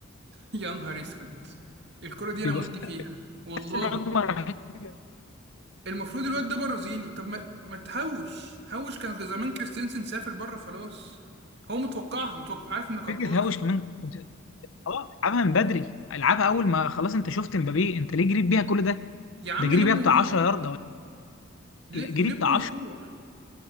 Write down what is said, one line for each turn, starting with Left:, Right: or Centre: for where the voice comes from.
Right: يا نهار اسود الكرة دي انا
Left: بيبقى
Right: مت
Left: في
Right: فيها والله
Left: تحس ان الواد ما راحتش.
Right: المفروض الواد ده برازيلي طب ما ما تهوش هوش كان زمان كريستنسن سافر بره خلاص هو متوقعها متوقع عارف انك هتباص
Left: فكره هاوش كمان كنت- خلاص العبها من بدري العبها اول ما خلاص انت شفت مبابي انت ليه جريت بيها كل ده
Right: يا عم
Left: ده جري
Right: لمه
Left: بيها بتاع
Right: ويروح
Left: 10 ياردة ولا
Right: ل-
Left: لا، جري
Right: يلمه
Left: بتاع
Right: ويروح